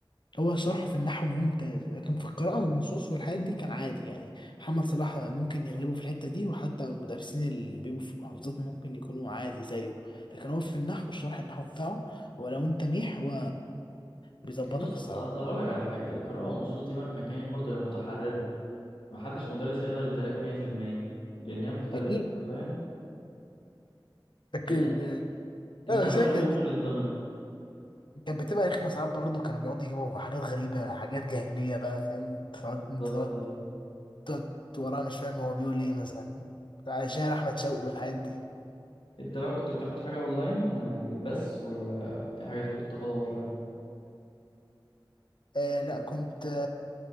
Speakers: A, on the left; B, on the left.
A: هو شرحه في النحو ممتاز لكن في القراءة والنصوص والحاجات دي كان عادي يعني محمد صلاح ممكن يغلبه في الحتة دي وحتى المدرسين اللي بيبقوا في المحافظات ممكن يكونوا عادي زيه لكن هو في النحو الشرح النحو بتاعه هو لو انت ميح هو بيظبطك
B: بص اصل
A: الصراحة
B: اصل هقول لك على حاجه القراءه والنصوص دي مهما كانت برضه هي متحرره محدش مدرس هيقدر يديلك 100% لان هي مختلفه
A: أكيد
B: انت فاهم
A: لكن
B: الن- النحو
A: اه ساكن
B: اللي ممكن يتضمن
A: كانت بتبقى رخمة ساعات برضه كانوا بيقعدوا يجيبوا حاجات غريبة حاجات جاهلية بقى فاهم انت تقعد
B: بالظبط
A: انت تقعد
B: ايوه
A: تقعد وراها مش فاهم هو بيقول ايه مثلا شاعر أحمد شوقي والحاجات دي
B: انت بقى كنت بتاخد حاجه اونلاين آه، بس ولا في حاجات كنت بتاخدها اوفلاين
A: آه لا كنت